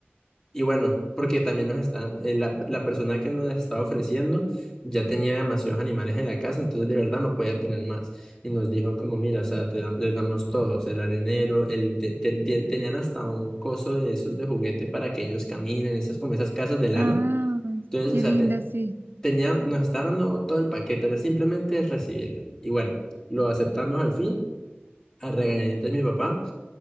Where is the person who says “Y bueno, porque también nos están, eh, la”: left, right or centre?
Left